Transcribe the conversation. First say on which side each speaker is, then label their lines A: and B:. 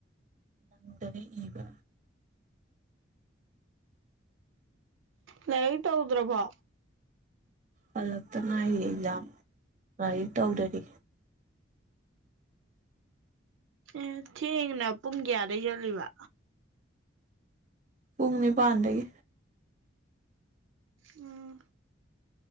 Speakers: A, on the right; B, on the right.
A: ꯅꯪꯗꯔꯦ ꯏꯕ
B: ꯂꯥꯏꯔꯤꯛ ꯇꯧꯗ꯭ꯔꯕꯣ
A: ꯍꯂꯛꯇ ꯉꯥꯏꯔꯤꯌꯦ ꯑꯦꯛꯖꯥꯝ ꯂꯥꯏꯔꯤꯛ ꯇꯧꯗ꯭ꯔꯗꯤ
B: ꯑꯦ ꯊꯦꯡꯅ ꯄꯨꯡ ꯀꯌꯥꯗꯩ ꯆꯠꯂꯤꯕ
A: ꯄꯨꯡ ꯅꯤꯄꯥꯟꯗꯒꯤ
B: ꯎꯝ